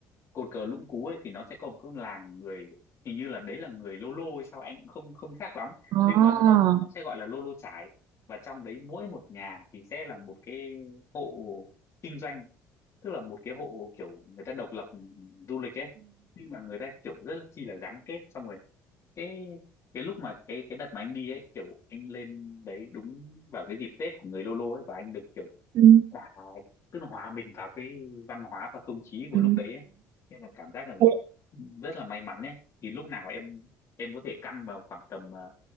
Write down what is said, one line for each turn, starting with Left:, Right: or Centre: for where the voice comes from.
Left: cột cờ Lũng Cú ấy thì nó sẽ có một cái làng người hình như là đấy là người Lô Lô hay sao anh cũng không không chắc lắm
Right: à.
Left: nhưng mà nó nó sẽ gọi là Lô Lô Chải và trong đấy mỗi một nhà thì sẽ là một cái hộ kinh doanh tức là một cái hộ kiểu người ta độc lập ừ, du lịch ấy nhưng mà người ta kiểu rất là chi là gắn kết xong rồi cái cái lúc mà cái cái đợt mà anh đi ấy kiểu anh lên đấy đúng vào cái dịp Tết của người Lô Lô ấy và anh được kiểu
Right: ừ.
Left: hòa tức là hòa mình vào cái văn hóa và không khí của
Right: À,
Left: lúc đấy ấy nên là cảm giác là
Right: thế
Left: rất là may mắn ấy thì lúc nào em em có thể căn vào khoảng tầm ờ,